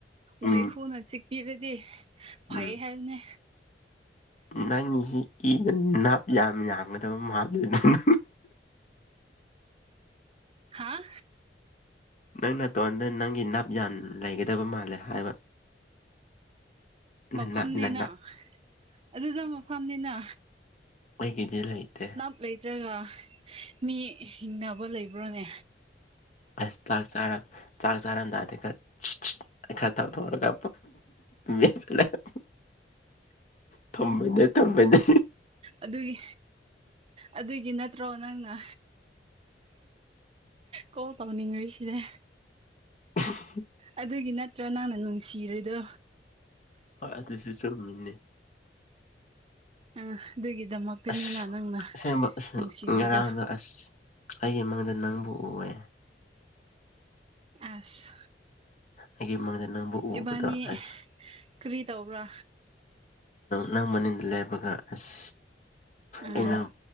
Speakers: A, on the left; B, on the right.
A: ꯎꯝ
B: ꯋꯥꯩꯈꯨꯅ ꯆꯤꯛꯄꯤꯔꯗꯤ ꯐꯩ
A: ꯎꯝ
B: ꯍꯥꯏꯕꯅꯦ
A: ꯅꯪꯁꯤ ꯏꯗ ꯅꯥꯞ ꯌꯥꯝ ꯌꯥꯡꯒꯗꯕ ꯃꯥꯜꯂꯦ ꯑꯗꯨꯪ
B: ꯍꯥꯥ
A: ꯅꯪ ꯅ ꯇꯣꯟꯗ ꯅꯪꯒꯤ ꯅꯥꯞ ꯌꯥꯝ ꯂꯩꯒꯗꯕ ꯃꯥꯜꯂꯦ ꯍꯥꯏꯕ
B: ꯃꯐꯝꯅꯤꯅ
A: ꯅꯅꯥꯞ ꯅꯅꯥꯞ
B: ꯑꯗꯨꯗ ꯃꯐꯝꯅꯤꯅ
A: ꯃꯣꯏꯒꯗ ꯂꯩꯥꯏꯇꯦ
B: ꯅꯞ ꯂꯩꯇ꯭ꯔꯒ ꯃꯤ ꯍꯤꯡꯅꯕ ꯂꯩꯕ꯭ꯔꯣꯅꯦ
A: ꯑꯁ ꯆꯥꯛ ꯆꯥꯔꯝ ꯆꯥꯛ ꯆꯥꯔꯝꯗꯥꯏꯗꯒ ꯈꯔ ꯇꯧꯊꯣꯛ ꯑꯒ ꯃꯦꯠꯁꯟꯂꯒꯥ ꯊꯨꯝꯕꯅꯦ ꯊꯨꯝꯕꯅꯦ
B: ꯑꯗꯨꯒꯤ ꯑꯗꯨꯒꯤ ꯅꯠꯇ꯭ꯔꯣ ꯅꯪꯅ ꯀꯣꯜ ꯇꯧꯅꯤꯡꯉꯔꯤꯁꯤꯅꯦ
A: <unintelligible>
B: ꯑꯗꯨꯒꯤ ꯅꯠꯇ꯭ꯔꯣ ꯅꯪꯅ ꯅꯨꯡꯁꯤꯔꯤꯗꯣ
A: ꯍꯣꯏ ꯑꯗꯨꯁꯨ ꯆꯨꯝꯃꯤꯅꯦ
B: ꯑꯥ ꯑꯗꯨꯒꯤꯗꯃꯛꯇꯅꯤꯅ
A: ꯑꯁ
B: ꯅꯪꯅ
A: ꯑꯁꯦꯡꯕ ꯑꯁ
B: ꯅꯨꯡꯁꯤꯕꯤꯗꯣ
A: ꯉꯔꯥꯡꯅꯥ ꯑꯩꯒꯤ ꯃꯪꯗ ꯅꯪꯕꯨ ꯎꯑꯦ
B: ꯑꯁ
A: ꯑꯩꯒꯤ ꯃꯪꯗ ꯅꯪꯕꯨ ꯎꯕꯗꯣ
B: ꯏꯕꯥꯅꯤ
A: ꯑꯁ
B: ꯀꯔꯤ ꯇꯧꯕ꯭ꯔꯥ
A: ꯅꯪ ꯃꯅꯤꯡꯗ ꯂꯦꯞꯄꯒ ꯑꯁ
B: ꯑꯥ
A: ꯑꯩꯅꯪ